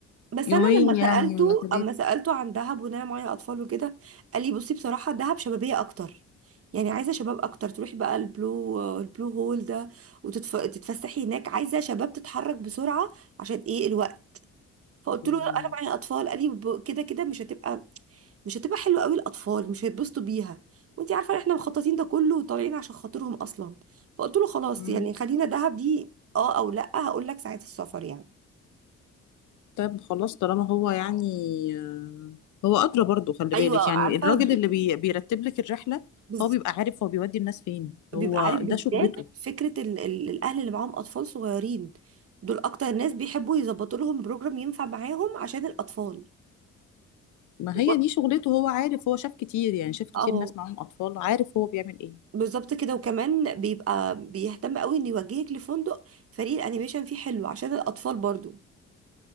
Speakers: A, on the right (about 50°); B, on the left (about 75°).
A: بس
B: يومين
A: انا لما
B: يعني
A: سالته
B: ولا ثلاثة
A: اما سالته عن دهب وان انا معايا اطفال وكده قال لي بصي بصراحه دهب شبابيه اكتر يعني عايزه شباب اكتر تروحي بقى البلو البلو هول ده وتتفسحي هناك عايزه شباب تتحرك بسرعه عشان ايه الوقت فقلت
B: مم.
A: له لا انا معايا اطفال قال لي ب- كده كده مش هتبقى مش هتبقى حلوه قوي الاطفال مش هيتبسطوا بيها وانت عارفه احنا مخططين ده كله وطالعين عشان خاطرهم اصلا فقلت له خلاص
B: مم.
A: يعني خلينا دهب دي اه او لا هقول لك ساعه السفر يعني
B: طيب خلاص طالما هو يعني آه، هو أدرى برضو خلي
A: ايوه
B: بالك يعني
A: عارفه
B: الراجل
A: بي-
B: اللي بي... بيرتب لك الرحلة
A: بز-
B: هو بيبقى عارف هو بيودي الناس فين
A: بيبقى
B: هو
A: عارف بالذات
B: ده شغلته
A: فكره ال ال الاهل اللي معاهم اطفال صغيرين دول اكتر ناس بيحبوا يظبطوا لهم بروجرام ينفع معاهم عشان الاطفال
B: ما
A: وبرضه-
B: هي دي شغلته هو عارف هو شاف كتير يعني شاف كتير
A: اهو
B: ناس معاهم أطفال عارف هو بيعمل ايه
A: بالظبط كده وكمان بيبقى بيهتم قوي ان يوجهك لفندق فريق الانيميشن فيه حلو عشان الاطفال برضو